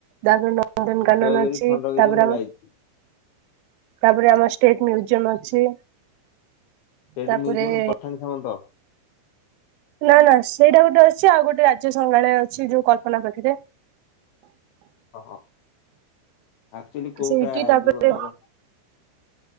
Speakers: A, on the right (about 85°); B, on the left (about 80°).
A: ତାପରେ ନନ୍ଦନକାନନ
B: ଉଦୟଗିରି
A: ଅଛି
B: ଖଣ୍ଡଗିରି
A: ତାପରେ
B: ମୁଁ
A: ଆମ
B: ଯାଇଛି
A: ତାପରେ ଆମ ଷ୍ଟେଟ ମ୍ୟୁଜିୟମ ଅଛି।
B: ଟେଡ୍
A: ତାପରେ
B: ମ୍ୟୁଜିୟମ୍ ପଠାଣି ସାମନ୍ତ।
A: ନା ନା ସେଇଟା ଗୋଟେ ଅଛି ଆଉ ଗୋଟେ ରାଜ୍ୟ ସଂଗ୍ରାହାଳୟ ଅଛି ଯୋଉ କଳ୍ପନା ପାଖେରେ।
B: ହହ ଆକ୍ଚୁଆଲି କୋଉଟା
A: ସେଇଠି ତାପରେ
B: ଯୋଉ ଆମର